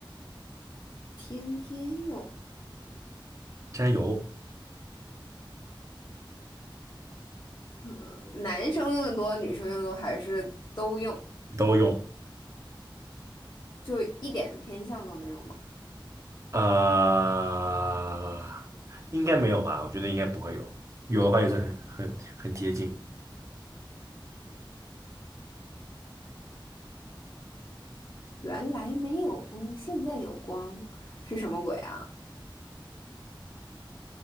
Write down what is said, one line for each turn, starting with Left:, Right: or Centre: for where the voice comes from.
Left: 天天用。
Right: 加油，
Left: 嗯，男生用的多，女生用的多，还是都用？
Right: 都用。
Left: 就一点偏向都没有吗？
Right: 呃，应该没有吧？我觉得应该不会有，有的话也是很很很接近。
Left: 原来没有光，现在有光，是什么鬼啊？